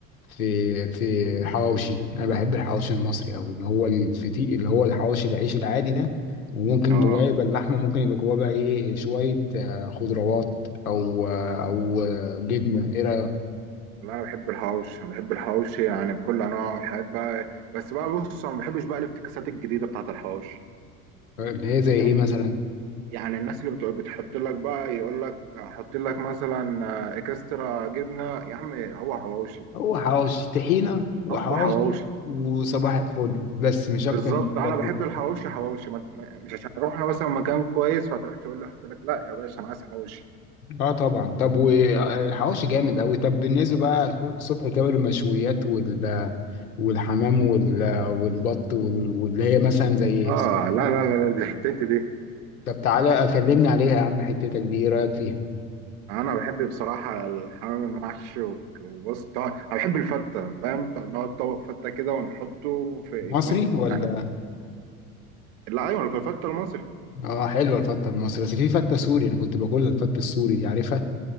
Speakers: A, on the left; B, on the right.
A: في في حواوشي انا بحب الحواوشي المصري قوي اللي هو الفتيق اللي هو الحواوشي العيش العادي ده وممكن
B: اه
A: جواه يبقى اللحمه ممكن يبقى جواه بقى ايه شويه آه، خضروات او آه، او آه، جبنه ايه رايك
B: لا انا بحب الحوش انا بحب الحوش يعني بكل انواعه والحاجات بقى بس بقى بص انا ما بحبش بقى الافتكاسات الجديده بتاعت الحوش
A: اللي هي زي ايه
B: يعني
A: مثلا
B: يعني الناس اللي بتقول بتحط لك بقى يقول لك حط لك مثلا آه، اكسترا جبنه يا عم هو حواوشي
A: هو حواوشي طحينه وحواوشي
B: هو حواوشي
A: وصباح الفل بس مش اكتر
B: بالظبط
A: من الحاجات
B: انا
A: دي
B: بحب الحواوشي حواوشي ما- ما- مش عشان رحنا مثلا مكان كويس فتروح تقول له حط لك لا يا باشا انا عايز حواوشي
A: اه طبعا طب والحواوشي جامد قوي طب بالنسبه بقى الصبح كباب المشويات وال والحمام وال... والبط وال... واللي هي مثلا زي
B: اه
A: الحجوجة.
B: لا لا لا لا دي حتتي دي
A: طب تعالى اكلمني عليها يا عم حتتك دي ايه رايك فيها
B: انا بحب بصراحه الحمام المحشي وك- وبص طبعا انا بحب الفته فاهم ط- نقعد طبق فته كده ونحطه في
A: مصري
B: يكون
A: ولا
B: يعني لا ايوه في الفته المصري
A: اه حلوه الفته المصري بس في فته سوري انا كنت باكلها الفته السوري دي عارفها